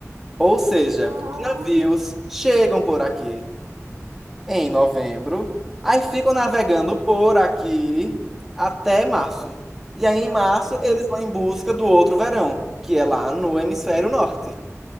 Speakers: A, in the centre; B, on the right.
A: Ou seja,
B: Ah,
A: os navios chegam por aqui em novembro, aí ficam navegando por aqui até março. E aí, em março,
B: hum.
A: eles vão em busca do outro verão, que é lá no hemisfério
B: hum.
A: norte.